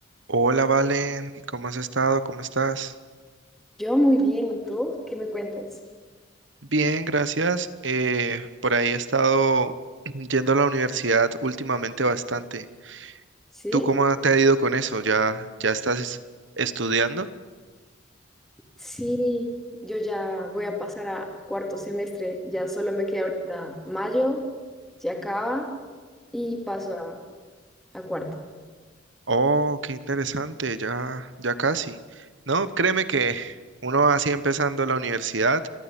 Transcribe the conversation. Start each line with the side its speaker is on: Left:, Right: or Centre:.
Right: Hola Valen, ¿cómo has estado? ¿Cómo estás?
Centre: Yo muy bien, ¿y tú? ¿Qué me cuentas?
Right: Bien, gracias. Eh, por ahí he estado <clears throat> yendo a la universidad últimamente bastante.
Centre: ¿Sí?
Right: ¿Tú cómo te ha ido con eso? ¿Ya, ya estás es- estudiando?
Centre: Sí, yo ya voy a pasar a cuarto semestre, ya solo me queda ahorita mayo, se acaba y paso a, a cuarto.
Right: Oh, qué interesante, ya, ya casi. No, créeme que uno así empezando la universidad